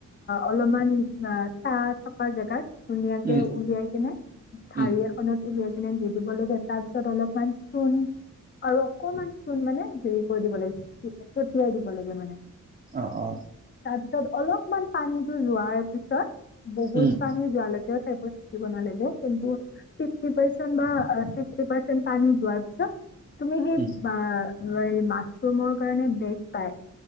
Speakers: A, on the left (about 35°); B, on the right (about 30°).
A: অলপমান অ ছাঁ থকা ছা থকা জেগাত ধুনীয়াকে
B: উম
A: উলিয়াই কিনে ঢাৰি
B: উম
A: এখনত উলিয়াই কিনে দুদিন মান ৰ'দ দিব লাগে তাৰ পিছত অলপমান চূণ আৰু অকণমান চূণ মানে হেৰি কৰি দিব লাগিছিল তাৰপাছত তিয়াই দিব লাগে মানে
B: অ অ
A: তাৰ পিছত অলপমান পানীতো যোৱাৰ পিছত বহুত
B: উম
A: পানী যোৱালৈকেও থাকিব প দিব নালাগিব কিন্ত ফিভটি পাৰ্চেন্ত বা ছিক্সটি পাৰ্চেন পানী যোৱাৰ পিছত তুমি সেই
B: উম
A: বা লোৱা এই মাছৰুমৰ কাৰণে বেগ পায়